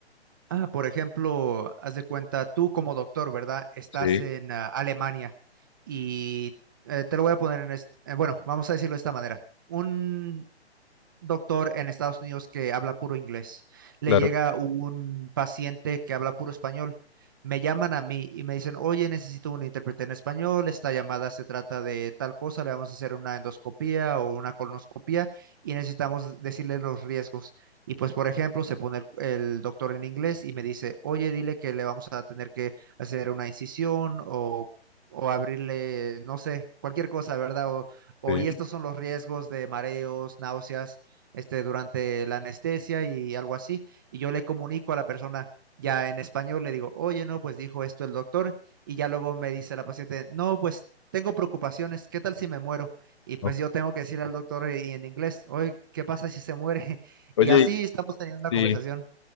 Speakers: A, on the right; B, on the left.
A: Ah, por ejemplo, haz de cuenta, tú como doctor, ¿verdad? Estás
B: Sí,
A: en ah, Alemania y eh, te lo voy a poner en este, eh, bueno, vamos a decirlo de esta manera. Un doctor en Estados Unidos que habla puro inglés. Le
B: claro,
A: llega un paciente que habla puro español. Me llaman a mí y me dicen, oye, necesito un intérprete en español, esta llamada se trata de tal cosa, le vamos a hacer una endoscopía o una colonoscopía y necesitamos decirle los riesgos. Y pues, por ejemplo, se pone el, el doctor en inglés y me dice, oye, dile que le vamos a tener que hacer una incisión o, o abrirle, no sé, cualquier cosa, ¿verdad? O, o
B: sí.
A: y estos son los riesgos de mareos, náuseas este, durante la anestesia y algo así, y yo le comunico a la persona ya en español, le digo, oye, no, pues dijo esto el doctor, y ya luego me dice la paciente, no, pues tengo preocupaciones, ¿qué tal si me muero? Y pues
B: ok.
A: yo tengo que decir al doctor eh, y en inglés, oye, ¿qué pasa si se muere? <laughs>
B: Oye,
A: Y así estamos teniendo una
B: sí,
A: conversación.